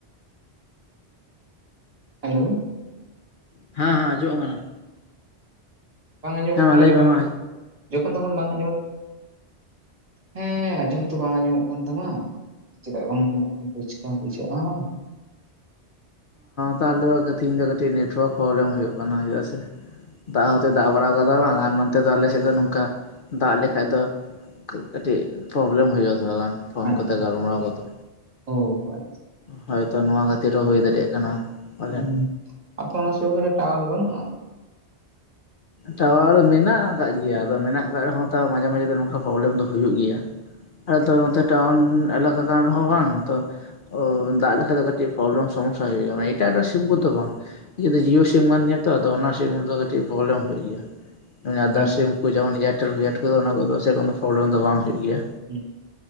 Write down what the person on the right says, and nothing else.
ᱦᱮᱞᱳᱣ
ᱵᱟᱝ ᱟᱸᱡᱚᱢᱚᱜ
ᱠᱟᱱᱟ
ᱜᱚᱝᱠᱮ
ᱡᱚᱠᱷᱚᱱ ᱛᱚᱠᱷᱚᱱ ᱵᱟᱝ ᱟᱸᱡᱚᱢᱚᱜ ᱦᱮᱸ ᱟᱸᱡᱚᱢ ᱛᱚ ᱵᱟᱝ ᱟᱸᱡᱚᱢᱚᱜ ᱠᱟᱱ ᱛᱟᱢᱟ ᱪᱮᱫᱟᱜ ᱵᱟᱝ ᱟᱸᱡᱚᱢᱚᱜ ᱠᱟᱱᱟ ᱪᱮᱠᱟᱢ ᱵᱩᱡᱷᱟᱹᱜᱼᱟ
ᱟᱪᱪᱷᱟ
ᱚ ᱟᱪᱪᱷᱟ
ᱦᱮᱸ ᱟᱯᱮ ᱚᱱᱟ ᱥᱩᱨ ᱠᱚᱨᱮ ᱴᱟᱣᱟᱨ ᱵᱟᱹᱱᱩᱜᱼᱟ
ᱢᱟᱱᱮ
ᱦᱩᱸ,